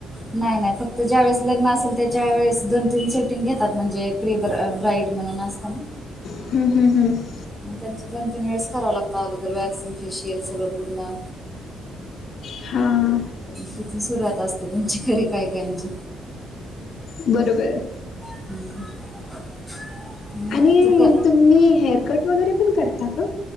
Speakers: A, in the centre; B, on the left.
A: नाही -नाही फक्त ज्या वेळेस लग्न असेल त्याच्या वेळेस, दोन- तीन सेटिंग घेतात म्हणजे, प्री, ब ब्राईड म्हणून असत ना.
B: ह, ह, ह,
A: मग, त्यांच दोन- तीन वेळेस करावं लागतं, अगोदर व्हॅक्सिंग फेशियल सगळं पूर्ण,
B: हा,
A: तिथून सुरुवात असते, त्यांची खरी काय- काय काहींची,
B: बरोबर,
A: <unintelligible>
B: आणि,
A: तू का
B: तुम्ही हेअरकट वगैरे पण करता का?